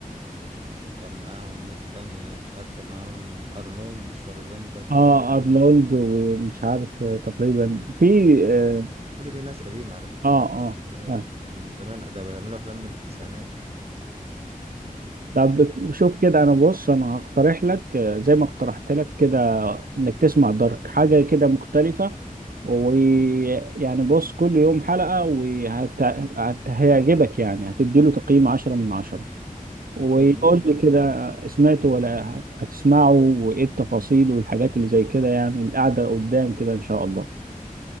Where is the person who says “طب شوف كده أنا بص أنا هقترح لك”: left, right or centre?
Right